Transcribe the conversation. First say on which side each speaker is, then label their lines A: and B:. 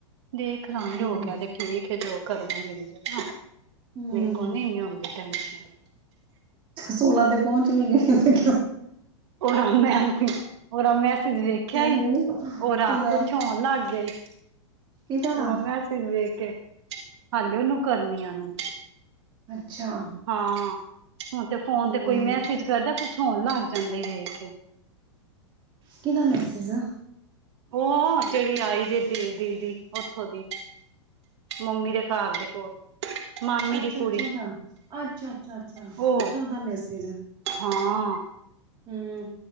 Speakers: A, on the right; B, on the right.
A: ਦੇਖ ਲਾਂਗੇ
B: ਹੂੰ
A: ਹੋ ਗਿਆ ਤੇ ਠੀਕ ਹੈ ਜੋ ਕਰਨਾ ਮਿਲ ਜਾ ਨਾ
B: ਹੂੰ
A: ਮੇਰੇ ਕੋੋ ਨੀ ਇਨੀਆਂ ਹੁੰਦੀਆਂ ਟੈਂਸ਼ਨ।
B: ਸੋਲਾਂ ਤੇ ਪਹੁੰਚ ਵੀ ਗਈ ਤੇ
A: ਉਹਦਾ ਵੇਮ ਸੀ ਉਹਦਾ ਮੈਸੇਜ ਦੇਖਿਆ ਈ
B: ਨੇ
A: ਉਰਾ
B: ਕਿਦਾ
A: ਕੁਛ ਹੋਣ ਲੱਗ ਗਿਆ ਈ
B: ਕਿਦਾ
A: ਤੁਆਡਾ ਮੈਸੇਜ ਵੇਖ ਕੇ ਹਾਲੇ ਓਨੂੰ ਕਰਨੀ ਆ ਨ
B: ਅੱਛਾ।
A: ਹਾਂ, ਹੁਨ ਤੇ ਫੋਨ
B: ਹੂੰ
A: ਤੇ ਕੋਈ ਮੈਸੇਜ ਕਰਦੈ, ਕੁਛ ਹੋਨ ਲੱਗ ਜਾਂਦੇ ਵੇਖ ਕੇ।
B: ਕਿਦਾ ਮੈਸੇਜ
A: ਓ ਜੇੜੀ ਆਈ ਦੀ ਸੀ ਦੀਦੀ, ਓਥੋਂ ਦੀ। ਮੰਮੀ ਦੇ ਘਰ ਦੇ ਕੋਲ ਮਾਮੀ
B: ਅੱਛਾ-ਅੱਛਾ
A: ਦੀ ਕੁੜੀ
B: ਓਦਾ ਅੱਛਾ-ਅੱਛਾ, ਅੱਛਾ-ਅੱਛਾ,
A: ਉਹ
B: ਓਦਾ ਮੈਸਜ
A: ਹਾਂ।
B: ਹੁੰ,